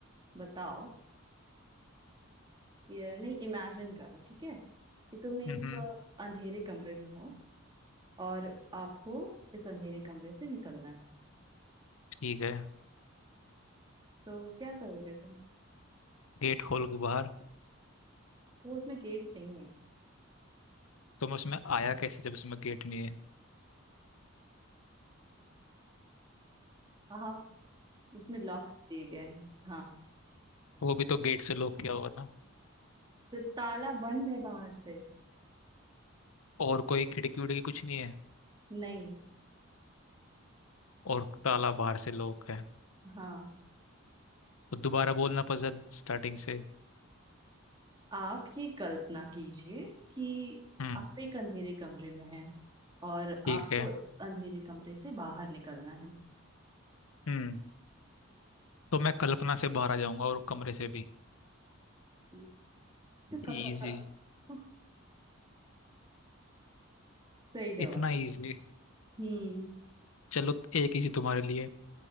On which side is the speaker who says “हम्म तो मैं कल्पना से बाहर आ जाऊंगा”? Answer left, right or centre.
Left